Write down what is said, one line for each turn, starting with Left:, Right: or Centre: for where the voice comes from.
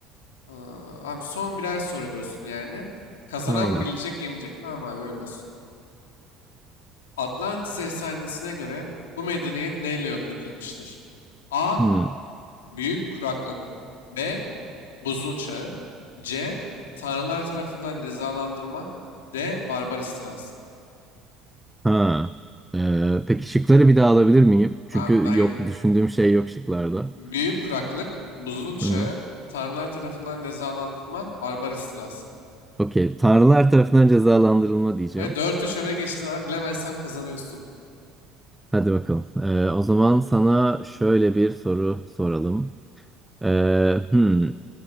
Left: Aa, abi son birer soru diyorsun yani. Kazanan
Centre: Aynen.
Left: bilecek yenecek Tamam abi öyle olsun. Atlantis efsanesine göre bu medeniyet neyle yok edilmiştir? A.
Centre: Hmm.
Left: Büyük kuraklık. B. Buzul Çağı. C. Tanrılar tarafından cezalandırma. D. Barbar istilası.
Centre: Ha. Ee, peki şıkları bir daha alabilir miyim? Çünkü
Left: Abi daha yeni.
Centre: yok düşündüğüm şey yok şıklarda.
Left: Büyük kuraklık, buzul çağı,
Centre: Hı-hı.
Left: tanrılar tarafından cezalandırma, barbar istilası.
Centre: Okey. Tanrılar tarafından cezalandırılma diyeceğim.
Left: Ve dört üç öne geçtin abi. Bilemezsem kazanıyorsun.
Centre: Hadi bakalım. Ee, o zaman sana şöyle bir soru soralım. Ee, hmm.